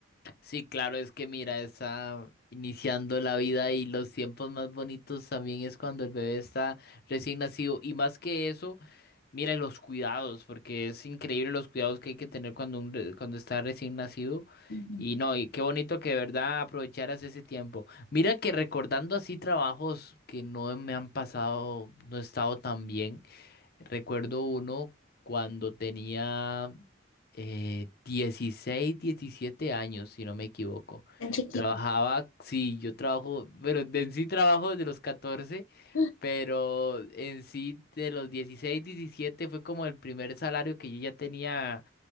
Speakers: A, on the left (about 50°); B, on the left (about 85°).
A: Sí, claro, es que mira, está iniciando la vida y los tiempos más bonitos también es cuando el bebé está recién nacido. Y más que eso, mira los cuidados, porque es increíble los cuidados que hay que tener cuando, un re- cuando está recién nacido.
B: Ujú.
A: Y no, y qué bonito que de verdad aprovecharas ese tiempo. Mira que recordando así trabajos que no me han pasado, no he estado tan bien. Recuerdo uno cuando tenía eh, 16, 17 años, si no me equivoco.
B: Tan chiquito.
A: Trabajaba, sí, yo trabajo, pero de- en sí trabajo desde los 14,
B: <gasps>
A: pero en sí de los 16, 17 fue como el primer salario que yo ya tenía